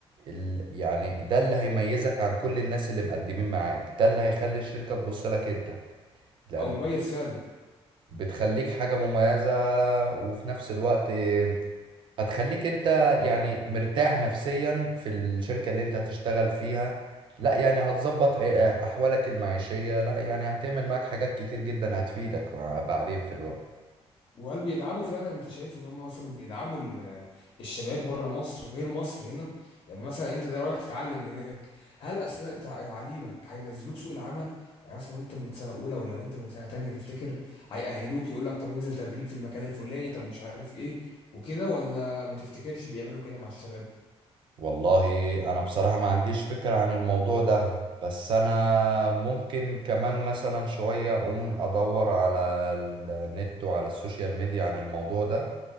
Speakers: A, on the right; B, on the left.
A: ال... يعني ده اللي هيميزك عن كل الناس اللي مقدمين معاك ده اللي هيخلي الشركة تبص لك انت لان
B: أو مميز فعلا
A: بتخليك حاجة مميزة وفي نفس الوقت هتخليك انت يعني مرتاح نفسيا في الشركة اللي انت هتشتغل فيها لا يعني هتظبط ع- احوالك المعيشية لا يعني هتعمل معاك حاجات كتير جدا هتفيدك مع- بعدين في الوقت
B: وهل بيدعموا فعلا انت شايف ان هم مثلا بيدعموا ال- الشباب بره مصر غير مصر هنا يعني مثلا انت ده رايح تتعلم هناك هل اثناء تع- تعليمك هينزلوك سوق العمل يعني مثلا وانت من سنه اولى ولا وانت من سنه تانية تفتكر هيأهلوك يقول لك طب انزل تدريب في المكان الفلاني طب مش عارف ايه وكده ولا ما تفتكرش بيعملوا كده مع الشباب
A: والله انا بصراحة ما عنديش فكرة عن الموضوع ده بس انا ممكن كمان مثلا شوية اقوم ادور على النت وعلى السوشيال ميديا عن الموضوع ده